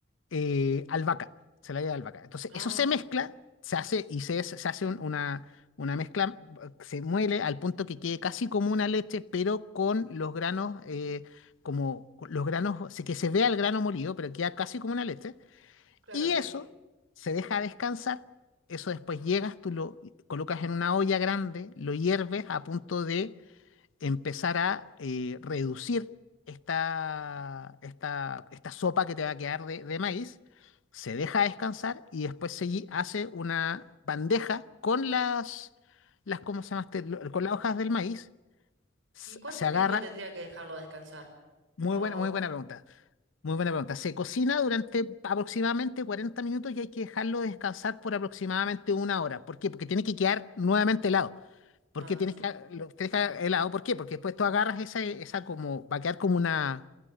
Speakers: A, on the left; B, on the right.
A: eh, albahaca, se la lleva albahaca. Entonces,
B: Ah,
A: eso se mezcla, se hace y se, se hace un- una, una mezcla, eh, se muele al punto que quede casi como una leche, pero con los granos, eh, como con los granos, o que se vea el grano molido, pero queda casi como una leche.
B: claro,
A: Y
B: bien.
A: eso se deja descansar. Eso después llegas, tú lo colocas en una olla grande, lo hierves a punto de empezar a eh, reducir esta, esta, esta sopa que te va a quedar de, de maíz, se deja descansar y después se lle- hace una bandeja con las, las ¿cómo se llama este? Lo- Con las hojas del maíz, s-
B: ¿Y cuánto
A: se agarra,
B: tiempo tendría que dejarlo descansar?
A: muy
B: Oh,
A: buena, muy buena pregunta, muy buena pregunta. Se cocina durante aproximadamente 40 minutos y hay que dejarlo descansar por aproximadamente una hora. ¿Por qué? Porque tiene que quedar nuevamente helado. ¿Por
B: ah,
A: qué tienes
B: sí,
A: que, lo tienes que helado? ¿Por qué? Porque después tú agarras esa, esa como, va a quedar como una